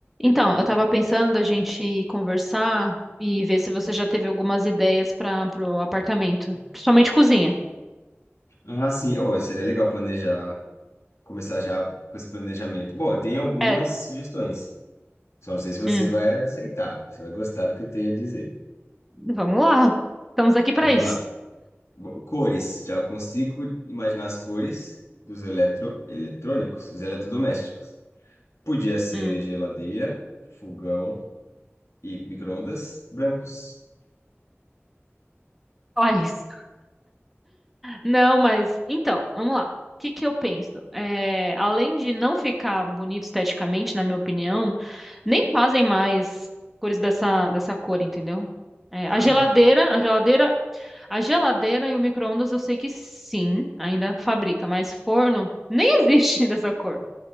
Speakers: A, in the centre; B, on the left.
A: Então, eu tava pensando a gente conversar e ver se você já teve algumas ideias para pro apartamento, principalmente cozinha.
B: Ah, sim. Oh, seria legal planejar, começar já com esse planejamento. Bom, eu tenho algumas
A: É,
B: sugestões. Só não sei se você
A: hum,
B: vai aceitar, você vai gostar do que eu tenho a dizer.
A: vamos lá. Estamos aqui para
B: Vamos
A: isso.
B: lá. Bo- Cores. Já consigo imaginar as cores dos eletro... eletrônicos, dos eletrodomésticos. Podia ser
A: Hum,
B: geladeira, fogão e micro-ondas brancos.
A: só isso. Não, mas então, vamos lá. O que que eu penso? É, além de não ficar bonito esteticamente, na minha opinião, nem fazem mais cores dessa, dessa cor, entendeu? É,
B: Ah,
A: a geladeira, a geladeira A geladeira e o micro-ondas eu sei que sim, ainda fabrica, mas forno nem existe <laughs> dessa cor.